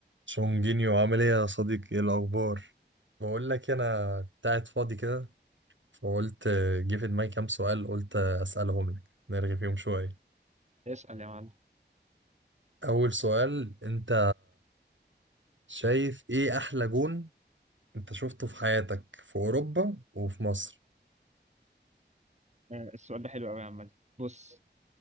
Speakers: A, on the right; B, on the right.
A: شونجينيو عامل ايه يا صديقي ايه الاخبار بقول لك انا كنت قاعد فاضي كده فقلت آه، جه في دماغي كام سؤال قلت آه، اسالهم لك نرغي فيهم شويه
B: اسأل يا معلم
A: اول سؤال انت شايف ايه احلى جون انت شفته في حياتك في اوروبا وفي مصر
B: آه، السؤال ده حلو قوي يا عم بص